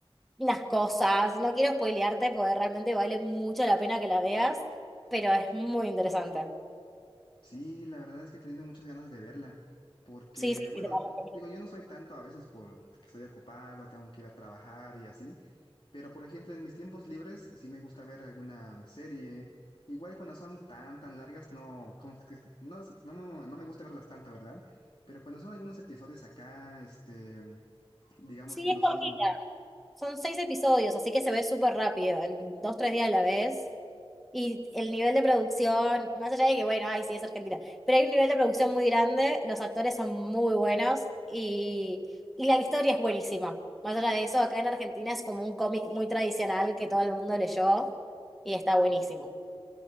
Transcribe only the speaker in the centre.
unas cosas. No quiero spoilearte porque realmente vale mucho la pena que la veas, pero es muy interesante.
Sí, sí,
sí, te la recomiendo.
Sí,
es cortita.
Son seis episodios, así que se ve súper rápido. En dos, tres días la ves. Y el nivel de producción, más allá de que, bueno, ay, sí, es Argentina, pero hay un nivel de producción muy grande, los actores son muy buenos y, y la historia es buenísima. Más allá de eso, acá en Argentina es como un cómic muy tradicional que todo el mundo leyó y está buenísimo.